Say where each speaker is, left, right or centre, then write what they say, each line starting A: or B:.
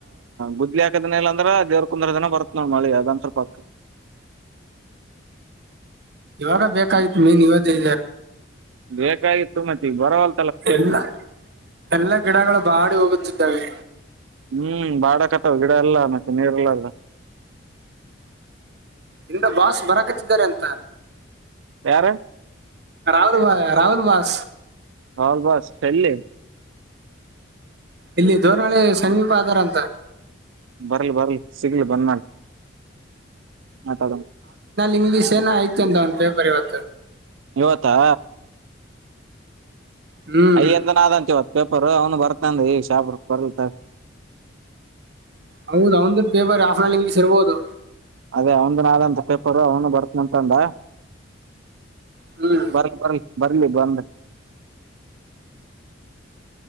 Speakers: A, on the right; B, on the right.
A: ಗುದ್ಲಿ ಹಾಕದಿನ ಇಲ್ಲಾಂದ್ರ ದೇವ್ರ ಕುಂದ್ರ ದಿನ ಬರತ್ ನೋ ಮಳಿ ಅದಂದ ಸ್ವಲ್ಪಕ್ಕ
B: ಇವಾಗ ಬೇಕಾಗಿತ್ ಮೀನ್ ಇವತ್ತ
A: ಬೇಕಾಗಿತ್ತುು ಮತ್ತಗ ಬರವಲ್
B: ಎಲ್ಲ ಎಲ್ಲಾ ಗಿಡಗಳು ಬಾಡಿ ಹೋಗುತ್ತಿದ್ದಾವೆ
A: ಹ್ಮ್ ಬಾಡಕತಾವ ಗಿಡ ಎಲ್ಲ ಮತ್ತೆ ನೀರೆಲ್ಲ ಅಲ್ಲ
B: ಇ ಬಾಷ ಬರ ಕಚ್ಚಿದ್ದಾರೆ ಅಂತ
A: ಯಾರ
B: ರಾಹುಲ್ ಬ ರಾಹುಲ್ ಬಾಸ್
A: ಹೌ ಬಸ್ ಎಿ
B: ಇಲ್ಲಿ ಧೋರಣಾಳೆ ಸಮೀಪ ಆಧಾರ ಅಂತ
A: ಬರಲ್ ಬರಲ್ ಸಿಗ್ಲ್ ಬಂದ್ ಮಾಡಳ ನಟದ
B: ಇಂಗ್ಲೀಷ್ ಏನ ಆಐತು ಅಂತ ಒಂದಂದು ಪೇಪರ್ ಇವತ್ತು
A: ಇವತ್ತಾ
B: ಹ್ಮ್
A: ಅಯ್ಯಂದ ನಾದಂ ಚತ್ತು ಪೇಪರ್ ಅವನು ಬರ್ತಾನ ಈಗ ಶಾಪ ಬರ್ಲತ
B: ಹೌದು ಒಂದ ಪೇರ್ ಆಫಂಗ ಇರ್ಬೋದು
A: ಅದೇ ಅವನ ನಾಳಂತ ಪೇಪರು ಅವನು ಬರ್ತನಂತಂದ
B: ಹ್ಮ್
A: ಬರ ಬರ ಬರ್ಲಿ ಬ ಬಂದ